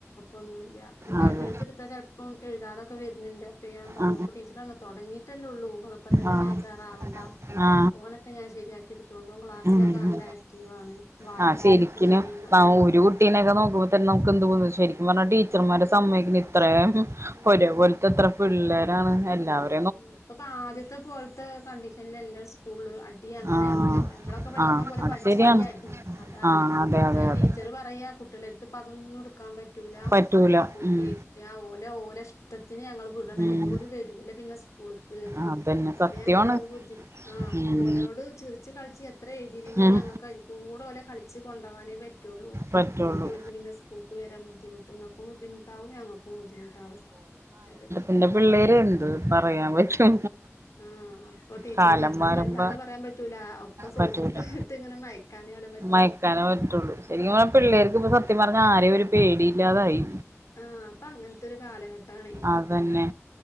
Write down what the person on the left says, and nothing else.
ഒന്നും ഇല്ല
കേട്ടെടുത്ത് എടുത്താൽ ചിലപ്പം എഴുതതൊക്കെ വരുന്നുണ്ട്. ഞാൻപറഞ്ഞഅപ്പൊ
ടീച്ചർപറഞ്ഞ് തുടങ്ങിട്ടല്ലേള്ളൂ നിങ്ങൾ ഇപ്പ തന്നെ
വേജാറാവണ്ട.
ഫോനൊക്കെ ഞാൻ ശരിയാക്കി എടുത്തൊണ്ടും ക്ലാസ്സിലൊക്കെ
നല്ല ആക്റ്റീവ് ആണ് വായിച്ച്രും
രു ഒഒക്കെ ചെയ്യുന്ന..
ഉം
ഉ ഇപ്പ ആദ്യത്തെ പോലത്തെ കണ്ടീഷനൽല്ല സ്കൂളില് അങ്ങനെല്ലല്ലോ
നമ്മളൊക്കെ പഠിക്കണ
പോലെ
പഠിച്ചില്ലെങ്കിൽ
അടി അതാണ്
ടീച്ചർ
പറയാ.. കുട്ടികളടുത്ത്അതൊന്നും എടുക്കാൻ പറ്റൂ ല
കുട്ടിഓല
ഓല ഇഷ്ടത്തിന് ഞങ്ങൾ. അല്ലെങ്കിൽവരൂല
സ്കൂളിലേക്ക് ന്ന്
അപ്പോ
ഞങ്ങൾക്ക് അത് ബുദ്ധി അ
ഒ ാല് ചിരിച്ചു കളിച്ചു എത്ര എഴുതിയില്ലെങ്കിലും
ഞങ്ങൾക്ക് അതിൽ കൂടെ ഓലെ കളിച്ചകൊണ്ടോവാനെ പറ്റുള്ളൂ
അല്ലെങ്കിൽ ഓലക്ക് പിന്നെ സ്കൂൾക്ക് വരാൻ ബുദ്ധിമുട്ട് ഇങ്ങൾക്കും ബുദ്ധിമുട്ടാവും ഞങ്ങൾക്കും ബുദ്ധിമുട്ടാവും അത്
ആഹ് അപ്പൊ ടീച്ചർമാർക്കും
വല്ലാതെ പറയാൻ പറ്റൂല ഒക്കെ സോപ്പിട്ട്
ഇട്ട് ഇങ്ങനെ മയക്കാനേ ഓലെ പറ്റുള്ളൂ
ആഹ അപ്പൊ അങ്ങനത്തെ ഒരു കാലഘട്ടണ